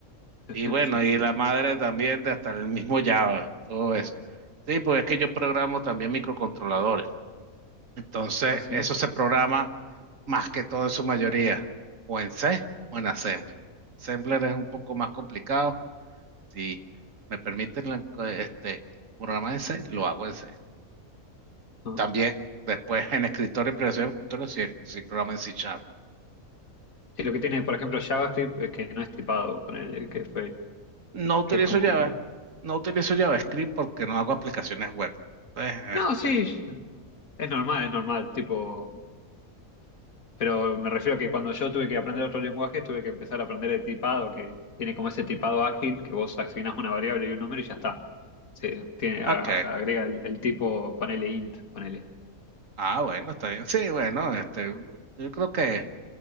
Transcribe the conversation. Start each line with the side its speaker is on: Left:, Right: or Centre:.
Left: <laughs>
Right: Y bueno,
Left: Sí, sí.
Right: y la madre también de hasta el mismo Java, todo eso. Sí, pues es que yo programo también microcontroladores. Entonces,
Left: ¿Ah, sí?
Right: eso se programa. más que todo en su mayoría, o en C o en Assembler. Assembler es un poco más complicado. Si me permiten la- este programa en C, lo hago en C.
Left: No.
Right: También después en escritorio, en creación de escritorio, sí, sí programa en C Sharp.
Left: Sí, lo que tiene, por ejemplo, JavaScript es que no es tipado, ponele, que fue,
Right: No utilizo
Left: que es como.
Right: Java, no utilizo JavaScript porque no hago aplicaciones web. Entonces,
Left: No, sí,
Right: este,
Left: es normal, es normal. Tipo. Pero me refiero a que cuando yo tuve que aprender otro lenguaje, tuve que empezar a aprender el tipado, que tiene como ese tipado ágil, que vos asignás una variable y un número y ya está. Se tiene, a-
Right: ok.
Left: agrega el, el tipo, ponele int, ponele.
Right: Ah, bueno, está bien. Sí, bueno, este, yo creo que